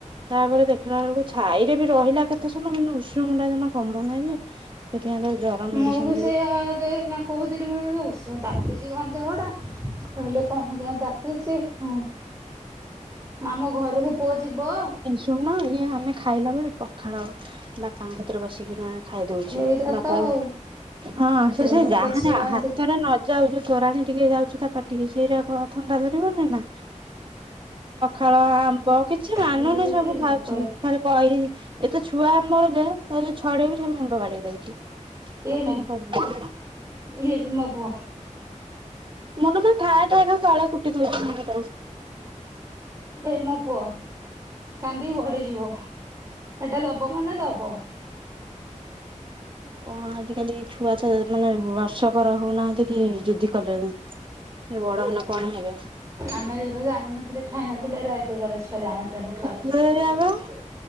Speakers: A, on the right; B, on the right.
A: ତାପରେ ଦେଖିଲା ବେଳକୁ ଛାଇରେ ବି ରହିଲା କେତେ ସମୟ କିନ୍ତୁ ଉଷୁମୁ ଟା ଜମା କମୁନାହିଁ ଯେ? ସେଥିପାଇଁ ତାକୁ ଜର
B: ମୁଁ
A: ମେଡିସିନ
B: ବି ସେଇଆ
A: ଦେଇଛି
B: ଯେ ଏଇନା କହୁଥିଲି ମୁଁ ଏଇନା ଉସୁମ୍ ତାତିଛି କଣ ଦେହଟା କହିଲେ କଣ ପାଇଁ କେଜାଣି ତାତିଛି ହଁ। ମାମୁଁ ଘରକୁ ପୁଅ ଯିବ।
A: ଲୁଣ ଇଏ ଆମେ ଖାଇଲା ବେଳେ ପଖାଳ ବାପାଙ୍କ କତିରେ ବସିକିନା ଖାଇଦୋଉଛି
B: ହେଇରା
A: ବାପା
B: ତ ଆଉ
A: ହଁ ସେ
B: ସେଇରା
A: ସେଇ ଯାହା
B: ତ ଛୁଆ ଏମିତି
A: ହାତରେ ନ ଯାଉ ତୋରାଣୀ ଟିକେ ଯାଉଛି ତା ପାଟିକି ସେଇରାକ ଥଣ୍ଡା ଧରିବନେଇନା। ଫଳ ଆମ୍ବ କିଛି ମାନୁନି
B: କହିବ ଯଦି
A: ସବୁ ଖାଉଛି।
B: କହିବେ
A: ଥରେ କଇ ଏତେ ଛୁଆ ଆମର ଯେ ଯଦି ଛଡେଇବି ସିଏ ଖାଲି ମୁଣ୍ଡ ବାଡେଇ ଦୋଉଛି। ତ
B: ଇଏ ବି
A: କଣ କରିବି?
B: ଇଏ ବି ମୋ ପୁଅ
A: ମୁଣ୍ଡ ମାନେ ଠାଏ ଠାଏ ଖାଲି ତଳେ କୁଟି ଦୋଉଛି ମୁଣ୍ଡ ଟାକୁ।
B: ଏ ମୋ ପୁଅ କାନ୍ଦିକି ଗଢିଯିବ ଏଟା ଦବ ମାନେ ଦବ।
A: କଣ ଆଜିକାଲି ଛୁଆ ତ ମାନେ ବର୍ଷକର ହଉନାହାନ୍ତି କି ଜିଦି କଲେଣିି। ଇଏ ବଡ ହେନେ କଣ ହେବେ?
B: ଆମେ ଜୋଉରି ଜାଣିନଥିଲେ ଖାଇ ନଥିଲେ ଏରା ଏବେକାର ଛୁଆ ଜାଣୁଛନ୍ତି ଖାଉଛନ୍ତି।
A: ସେଇଆ ବା